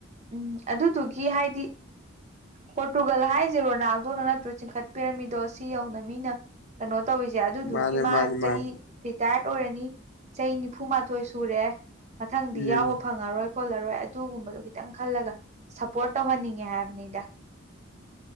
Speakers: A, on the right (about 35°); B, on the left (about 60°).
A: ꯎꯝ ꯑꯗꯨꯗꯨꯒꯤ ꯍꯥꯏꯗꯤ ꯄꯣꯔꯇꯨꯒꯜ ꯍꯥꯏꯁꯦ ꯔꯣꯅꯥꯜꯗꯣꯅ ꯅꯠꯇ꯭ꯔꯣ ꯆꯤꯡꯈꯠꯄꯤꯔꯝꯃꯤꯗꯣ ꯁꯤ ꯁꯤ ꯌꯧꯅ ꯃꯤꯅ ꯀꯩꯅꯣ ꯇꯧꯔꯤꯁꯦ ꯑꯗꯨꯗꯨꯒꯤ
B: ꯃꯥꯅꯦ
A: ꯃꯥ
B: ꯃꯥꯅꯦ ꯃꯥꯅꯦ
A: ꯆꯍꯤ ꯇꯥꯌ꯭ꯔꯠ ꯑꯣꯏꯔꯅꯤ ꯆꯍꯤ ꯅꯤꯐꯨꯃꯥꯊꯣꯏ ꯁꯨꯔꯦ ꯃꯊꯪꯗꯤ
B: ꯎꯝ
A: ꯌꯥꯎꯕ ꯐꯪꯉꯔꯣꯏ꯫ ꯈꯣꯠꯂꯔꯣꯏ ꯑꯗꯨꯒꯨꯝꯕꯗꯣ ꯈꯤꯇꯪ ꯈꯜꯂꯒ ꯁꯞꯄꯣꯔꯠ ꯇꯧꯍꯟꯅꯤꯡꯉꯦ ꯍꯥꯏꯕꯅꯤꯗ꯫